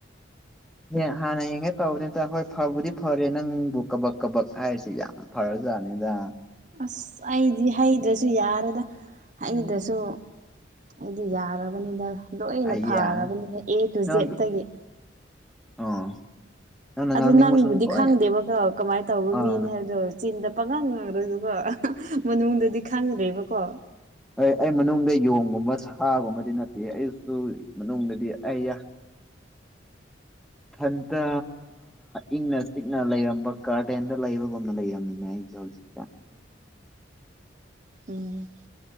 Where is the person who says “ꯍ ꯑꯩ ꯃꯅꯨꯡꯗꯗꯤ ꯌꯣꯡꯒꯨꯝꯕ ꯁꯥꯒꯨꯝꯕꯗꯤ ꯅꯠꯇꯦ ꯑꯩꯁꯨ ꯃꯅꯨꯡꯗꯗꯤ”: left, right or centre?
Centre